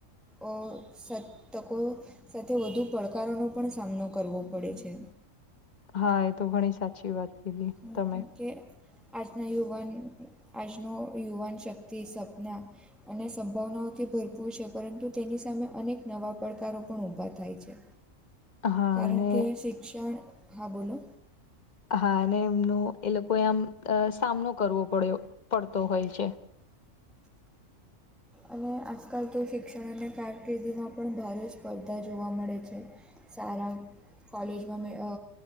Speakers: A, in the centre; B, on the left.
A: અ સ તકો સાથે વધુ પડકારોનો પણ સામનો કરવો પડે છે.
B: હા એ તો ઘણી સાચી વાત કીધી
A: <unintelligible>
B: તમે
A: કેમ કે આજના યુવાન આજનો યુવાન શક્તિ સપના અને સંભાવનાઓથી ભરપૂર છે પરંતુ તેની સામે અનેક નવા પડકારો પણ ઊભા થાય છે.
B: હા
A: કારણ
B: અને
A: કે શિક્ષણ, હા બોલો.
B: હા અને એમનો એ લોકોએ આમ સામનો કરવો પડ્યો, પડતો હોય છે.
A: અને આજકાલ તો શિક્ષણ અને કારકિર્દીમાં પણ ભારે સ્પર્ધા જોવા મળે છે. સારા કોલેજમાં મે અ